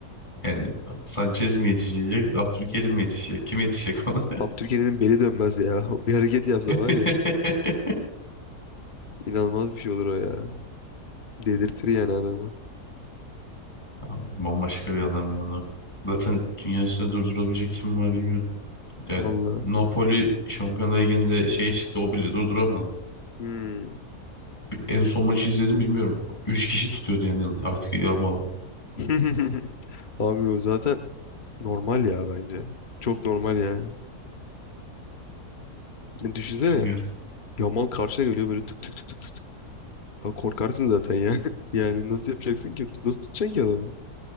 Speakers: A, on the left (about 20°); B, on the left (about 40°).
A: Yani Sanchez mi yetişecek Abdülkerim mi yetişecek kim yetişecek ona?
B: Abdülkerim'in beli dönmez ya. <laughs> O Bir hareket yapsa var
A: <laughs>
B: ya. İnanılmaz bir şey olur o ya. Delirtir yani adamı.
A: Abi bambaşka bir adam ya onu zaten dünya üstünde durdurabilecek kim var bilmiyorum. Yani
B: Vallahi.
A: Napoli Şampiyonlar Ligi'nde şeye çıktı o bile durduramadı.
B: Hmm.
A: En son maçı izledim bilmiyorum. Üç kişi tutuyordu yani artık yağmalı.
B: <laughs> Abi o zaten normal ya bence. Çok normal yani. Ne düşünsene.
A: Bilmiyorum.
B: Yamal karşına geliyor böyle tık tık tık tık tık. Abi Korkarsın zaten ya. <laughs> Yani nasıl yapacaksın ki? Nasıl tutacaksın ki adamı?